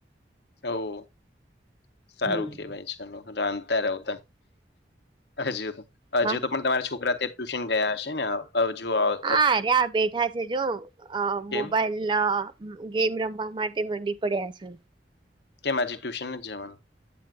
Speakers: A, on the left (about 65°); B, on the right (about 25°).
A: સો સારું
B: હમ.
A: કેવાય, ચલો રાંધતા રયો હજુ-હજુ
B: હા
A: તો પણ તમારા છોકરા ત્યાં ટ્યુશન ગયા હશે ને હવે જુઓ આવ
B: આ રહ્યે બેઠા છે જોવો
A: કેમ
B: મોબાઈલ લ ગેમ રમવા માટે મંડી પડ્યા છે.
A: કેમ આજે ટ્યુશન નથ જવાનું?